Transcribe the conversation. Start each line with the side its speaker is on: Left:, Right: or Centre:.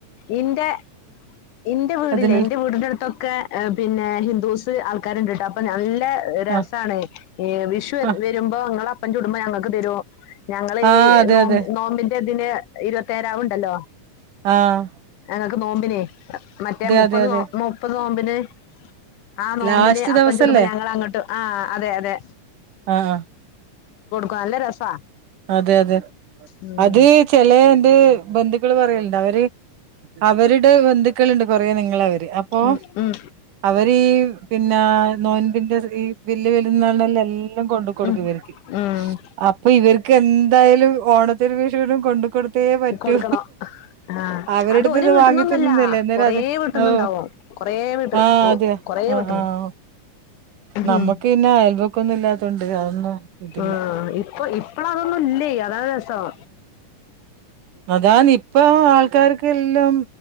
Left: ഇന്റെ ഇന്റെ വീടില്ലേ
Right: അതിന്
Left: ഇന്റെ വീടിന്റെ അടുത്തൊക്കെ പിന്നെ ഹിന്ദൂസ് ആൾക്കാര്ണ്ട്ട്ടാ അപ്പൊ നല്ല രസാണ്
Right: ആ
Left: ഈ വിഷു
Right: ആ
Left: വരുമ്പോ ങ്ങള അപ്പം ചുടുമ്പോ ഞങ്ങക്ക് തരും ഞങ്ങള്
Right: ആ
Left: ഈ
Right: അതെ
Left: നോ
Right: അതെ
Left: നോമ്പിന്റെ ഇതിന് ഇരുപത്തേരാവ് ഉണ്ടല്ലോ.
Right: ആഹ്
Left: ഞങ്ങക്ക് നോമ്പിനെയ് മറ്റേ മുപ്പത്
Right: അതെ അതെ
Left: നോ മുപ്പത് നോമ്പിന് ആഹ് നോമ്പിന്
Right: ലാസ്റ്റ്
Left: അപ്പം
Right: ദിവസല്ലേ
Left: ചുടുമ്പോ ഞങ്ങള് അങ്ങോട്ട് ആഹ് അതെ അതെ.
Right: ആഹ്
Left: ക്ക അല്ല രസാ
Right: അതെ അതെ
Left: ഉം
Right: അത് ചെലേത് ബന്ധുക്കള് പറയലുണ്ട അവര് അവര്ടെ ബന്ധുക്കള്ണ്ട് കൊറേ നിങ്ങള അവര് അപ്പൊ
Left: ഉം ഉം
Right: അവരീഈ പിന്നാ നോൻമ്പിന്റെ ഈ <unintelligible> വലുന്നാണലല്ല എല്ലാം കൊണ്ട് കൊടുക്ക്
Left: ഉം
Right: വര്ക്ക്.
Left: ഉം
Right: പ്പൊ ഇവർക്ക് എന്തായാലും ഓണത്തിന് വിശേഷം കൊണ്ട് കൊടു ത്തേ പറ്റൂ,
Left: കൊടുക്കണം ആ
Right: അവരുടുത്ത്ത്
Left: അത് ഒരു വീട്ടിന്നൊന്നല്ല
Right: വാങ്ങിത്ത്ന്നുന്നല്ലേ അന്നേരാ
Left: കൊറേ
Right: അത്
Left: വീട്ടിന്നുണ്ടാവും
Right: ഓഹ്.
Left: കൊറേ വീട്ട്
Right: ആഹ്
Left: ഓ
Right: അതെ
Left: കൊറേ
Right: ആഹ്
Left: വീട്ടിന്ന്
Right: ആഹ് ഓഹ് നമ്മക്ക്
Left: ഉം.
Right: ഇന്നെ അയബ കൊന്നും ഇല്ലാതൊണ്ട് അതൊന്നും ഇതില്ല
Left: ആഹ് ഇപ്പൊ ഇപ്പള അതൊന്നുംല്ലേയ് അതാണ് രസം.
Right: അതാനി പ്പൊ ആൾക്കാർക്കല്ലാം